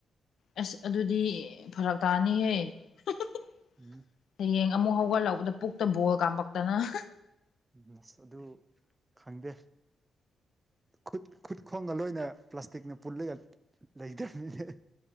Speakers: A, on the left; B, on the right.
A: ꯑꯁ ꯑꯗꯨꯗꯤ ꯐꯔꯛ ꯇꯥꯅꯤꯍꯦ ꯍ ꯍ ꯍ
B: ꯎꯝ
A: ꯍꯌꯦꯡ ꯑꯃꯨꯛ ꯍꯧꯒꯠꯂꯛꯄꯗ ꯄꯨꯛꯇ ꯕꯣꯜ ꯀꯥꯝꯃꯛꯇꯅ ꯍ
B: ꯅꯁ ꯑꯗꯨ ꯈꯪꯗꯦ ꯈꯨꯠ ꯈꯨꯠ ꯈꯣꯡꯒ ꯂꯣꯏꯅ ꯄ꯭ꯂꯥꯁꯇꯤꯛꯅ ꯄꯨꯂꯒ ꯂꯩꯗꯕꯅꯤꯅꯦ